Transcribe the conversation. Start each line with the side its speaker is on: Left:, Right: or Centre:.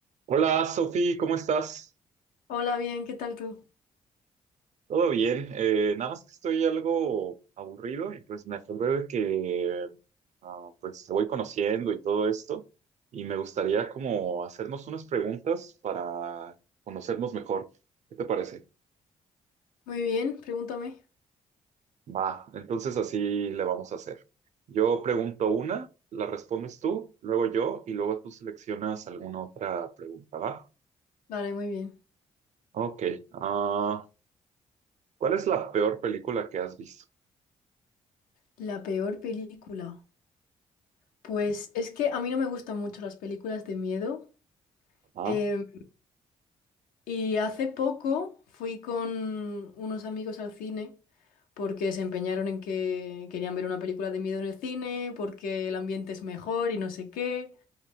Right: Hola, Sofi, ¿cómo estás?
Left: Hola, bien, ¿qué tal tú?
Right: Todo bien, eh, nada más que estoy algo aburrido y pues me acordé de que ah, pues te voy conociendo y todo esto y me gustaría como hacernos unas preguntas para conocernos mejor. ¿Qué te parece?
Left: Muy bien, pregúntame.
Right: Va, entonces así le vamos a hacer. Yo pregunto una, la respondes tú, luego yo y luego tú seleccionas alguna otra pregunta, ¿va?
Left: Vale, muy bien.
Right: Ok, ah, ¿cuál es la peor película que has visto?
Left: La peor película. Pues es que a mí no me gustan mucho las películas de miedo.
Right: Ah,
Left: em, y hace poco fui con unos amigos al cine porque se empeñaron en que querían ver una película de miedo en el cine, porque el ambiente es mejor y no sé qué.